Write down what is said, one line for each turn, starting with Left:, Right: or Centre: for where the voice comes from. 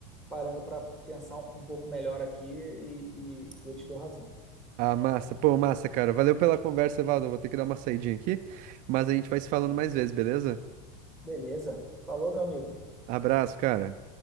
Centre: parando para pensar um pouco melhor aqui e e eu te dou razão.
Right: Ah, massa. Pô, massa, cara. Valeu pela conversa, Evaldo. Eu vou ter que dar uma saidinha aqui, mas a gente vai se falando mais vezes, beleza?
Centre: Beleza. Falou, meu amigo.
Right: Abraço, cara.